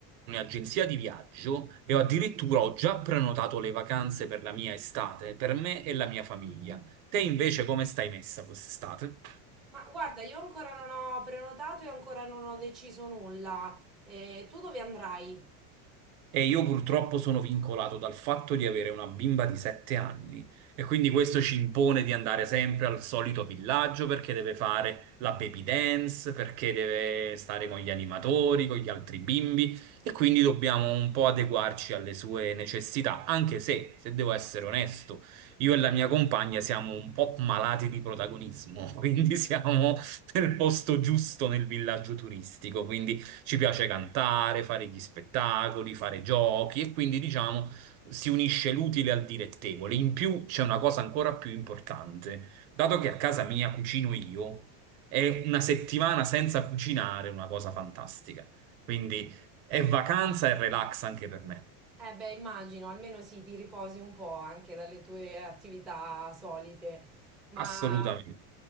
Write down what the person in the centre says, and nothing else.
Ma guarda, io ancora non ho prenotato e ancora non ho deciso nulla. E tu dove andrai?
Eh beh, immagino, almeno sì, ti riposi un po' anche dalle tue attività solite. Ma